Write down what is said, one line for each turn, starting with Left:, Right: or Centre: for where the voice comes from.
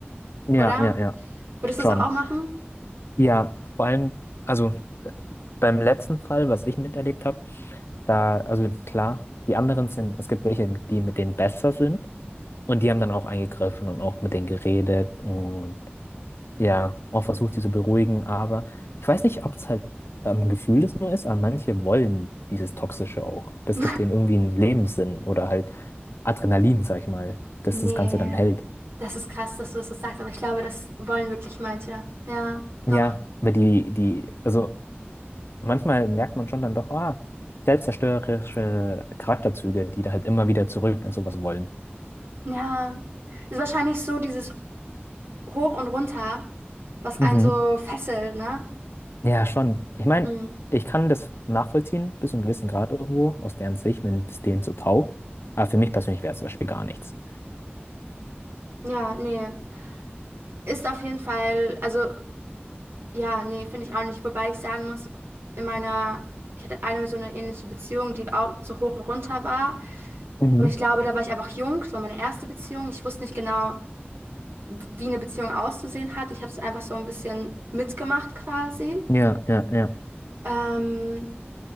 Left: Ja,
Right: oder?
Left: ja, ja.
Right: Würdest du
Left: Schon.
Right: das auch machen?
Left: Ja, vor allem, also beim letzten Fall, was ich miterlebt habe, Da, also klar, die anderen sind, es gibt welche, die mit denen besser sind und die haben dann auch eingegriffen und auch mit denen geredet und ja, auch versucht, sie zu beruhigen, aber ich weiß nicht, ob es halt am Gefühl es nur ist, aber manche wollen dieses Toxische auch. Das
Right: <laughs>
Left: gibt denen irgendwie einen Lebenssinn oder halt Adrenalin, sag ich mal, dass
Right: Nee,
Left: das Ganze dann hält.
Right: das ist krass, dass du das jetzt sagst, aber ich glaube, das wollen wirklich manche. Ja, doch.
Left: Ja, aber die, die, also manchmal merkt man schon dann doch, ah, selbstzerstörerische Charakterzüge, die da halt immer wieder zurück und sowas wollen.
Right: Ja, ist wahrscheinlich so dieses Hoch und Runter, was einen
Left: Mhm.
Right: so fesselt, ne?
Left: Ja, schon. Ich meine,
Right: Mm.
Left: ich kann das nachvollziehen, bis zu einem gewissen Grad irgendwo, aus deren Sicht, wenn es denen so taugt. Aber für mich persönlich wäre es zum Beispiel gar nichts.
Right: Ja, nee. Ist auf jeden Fall, also Ja, nee, finde ich auch nicht. Wobei ich sagen muss, in meiner, ich hatte eine so eine ähnliche Beziehung, die auch so hoch und runter war.
Left: Mhm.
Right: Und ich glaube, da war ich einfach jung. Das war meine erste Beziehung. Ich wusste nicht genau, wie eine Beziehung auszusehen hat. Ich habe es einfach so ein bisschen mitgemacht quasi.
Left: Ja, ja, ja.
Right: Ähm,